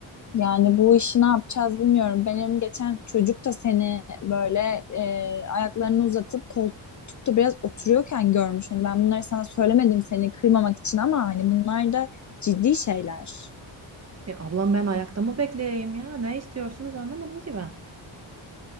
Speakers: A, on the left; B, on the right.
A: Yani bu işi ne yapacağız bilmiyorum. Benim geçen çocuk da seni böyle e, ayaklarını uzatıp koltukta biraz oturuyorken görmüş. Hani ben bunları sana söylemedim seni kırmamak için ama hani bunlar da ciddi şeyler.
B: E, ablam ben ayakta mı bekleyeyim ya? Ne istiyorsunuz anlamadım ki ben.